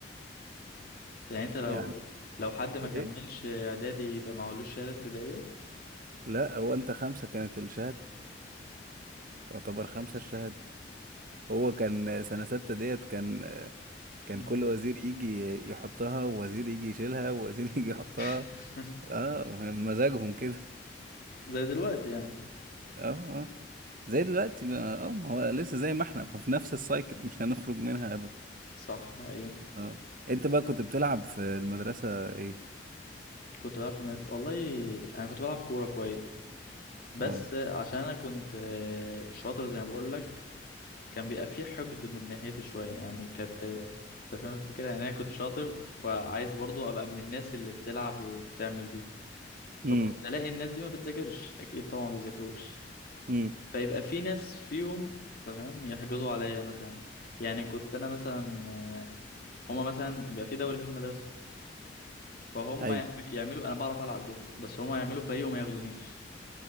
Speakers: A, on the left; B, on the right.
A: يعني أنت لو
B: يعني
A: لو حد ما
B: ايه
A: كملش إعدادي يبقى معهولوش شهادة ابتدائية
B: لا هو انت خمسه كانت الشهاده تعتبر خمسه الشهاده هو كان سنه سته ديت كان كان
A: مم.
B: كل وزير يجي يحطها ووزير يجي يشيلها ووزير <laughs> يجي يحطها
A: <laughs>
B: اه مزاجهم كده
A: زي دلوقتي يعني
B: اه آه. زي دلوقتي بقى اه ما هو لسه زي ما احنا ففي نفس السايكل مش هنخرج منها ابدا
A: صح أيوة
B: اه انت بقى كنت بتلعب في المدرسة ايه
A: كنت بلعب في مدرسة والله أنا كنت بلعب كورة كويس بس
B: اه
A: عشان أنا كنت آه، شاطر زي ما بقول لك كان بيبقى فيه حقد من ناحيتي شوية يعني كانت آه، أنت فاهم الفكرة يعني أنا كنت شاطر فعايز برضو أبقى من الناس اللي بتلعب وبتعمل دي فكنت
B: امم
A: ألاقي الناس دي ما بتذاكرش أكيد طبعا ما بيذاكروش
B: امم
A: فيبقى في ناس فيهم تمام يحجزوا عليا مثلا يعني كنت انا مثلا آه، هما مثلا بيبقى في دوري في المدرسه فهم
B: ايوه
A: يعم- يعملوا انا بعرف العب جدا بس هما يعملوا فريق وما ياخدونيش